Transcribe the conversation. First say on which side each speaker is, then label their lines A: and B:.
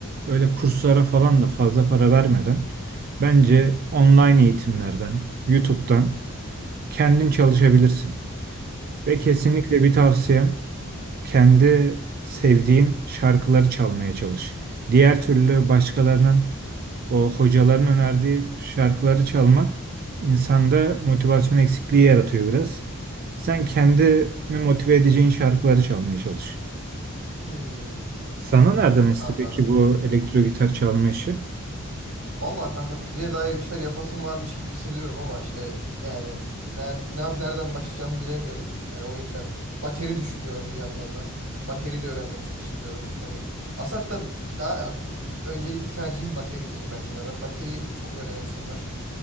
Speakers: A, on the right; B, on the right.
A: öyle kurslara falan da fazla para vermeden bence online eğitimlerden, YouTube'dan kendin çalışabilirsin. Ve kesinlikle
B: Hı.
A: bir tavsiyem kendi sevdiğin şarkıları çalmaya çalış. Diğer türlü başkalarının o hocaların önerdiği şarkıları çalmak insanda motivasyon eksikliği yaratıyor biraz. Sen kendini motive edeceğin şarkıları çalmaya çalış.
B: Hı.
A: Sana nereden esti
B: Anladım.
A: peki bu elektro gitar çalma işi?
B: Vallahi kanka müziğe dair bir şeyler yapasım varmış gibi hissediyorum ama işte yani ner ne yap nereden başlayacağımı bilemiyordum. Hani o yüzden bateri düşünüyorum bir yandan da. Bateri de öğrenmek çok istiyorum. Hani aslında hatta daha öncelikli tercihim bateri diyeyim ben sana. Ben bateriyi çok öğrenesim var.